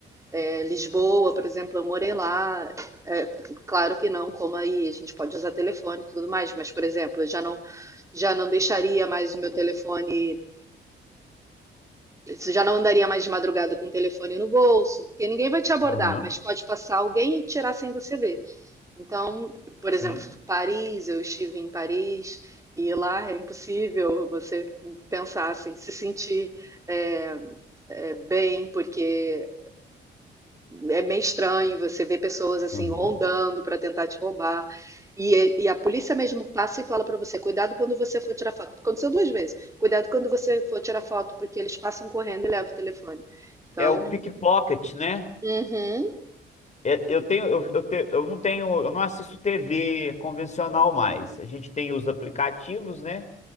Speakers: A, on the right (about 15°); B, on the left (about 35°).
A: É, Lisboa, por exemplo, eu morei lá, é, claro que não, como aí, a gente pode usar telefone e tudo mais, mas, por exemplo, eu já não, já não deixaria mais o meu telefone. Já não andaria mais de madrugada com o telefone no bolso, porque ninguém vai te abordar,
B: aham,
A: mas pode passar alguém e tirar sem você ver. Então, por
B: sim.
A: exemplo, Paris, eu estive em Paris e lá é impossível você pensar assim, se sentir é, é, bem, porque é meio estranho você ver pessoas assim
B: aham.
A: rondando para tentar te roubar. E, e a polícia mesmo passa e fala para você, cuidado quando você for tirar foto. Aconteceu duas vezes. Cuidado quando você for tirar foto, porque eles passam correndo e levam o telefone. Então,
B: É o pickpocket, né?
A: uhum,
B: É, Eu tenho, eu, eu te- eu não tenho, eu não assisto TV convencional mais. A gente tem os aplicativos, né?